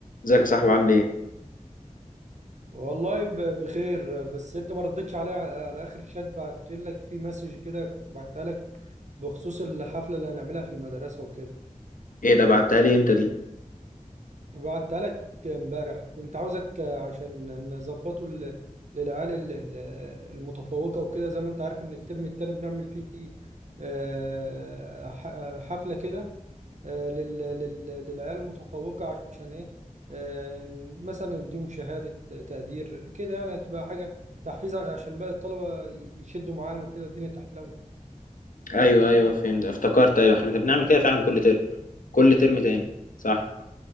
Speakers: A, on the left; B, on the right.
A: ازيك يا صاحبي عامل ايه
B: والله ب- بخير بس انت ما ردتش عليا على اخر شات بعت لك في مسج كده كنت بعتها لك بخصوص الحفله اللي هنعملها في المدرسه وكده
A: ايه ده بعتها لي امتى دي
B: وبعتها لك امبارح كنت عاوزك عشان نظبطه ل- للعيال ال- ال- المتفوقه وكده زي ما انت عارف ان الترم التاني بنعمل فيه آه، ح- حفله كده آه، لل- لل- للعيال المتفوقة عشان إيه آه، مثلا نديهم شهادة تقدير كده يعني تبقى حاجة تحفيز عشان باقي الطلبة يشدوا معانا وكده والدنيا تحلو
A: ايوه ايوه فهمت افتكرت ايوه احنا كنا بنعمل كده فعلا كل ترم كل ترم تاني صح